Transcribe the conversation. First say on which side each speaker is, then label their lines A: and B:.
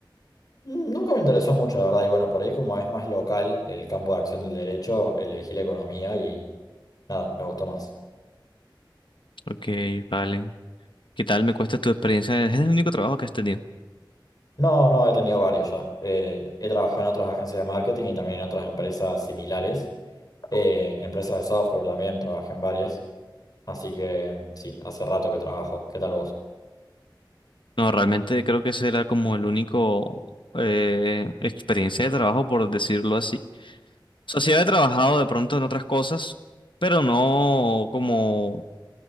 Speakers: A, on the left (about 50°); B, on the left (about 75°).
A: Mm, Nunca me interesó mucho, la verdad, y bueno, por ahí como es más local el campo de acción del derecho, elegí la economía y nada, me gustó más.
B: Ok, vale. ¿Qué tal me cuesta tu experiencia? ¿Es el único trabajo que has tenido?
A: No, no, he tenido varios ya. Eh, he trabajado en otras agencias de marketing y también en otras empresas similares. Eh, empresas de software también, trabajé en varias. Así que sí, hace rato que trabajo. ¿Qué tal vos?
B: No, realmente creo que ese era como el único eh, experiencia de trabajo, por decirlo así. O sea, sí había trabajado de pronto en otras cosas, pero no como,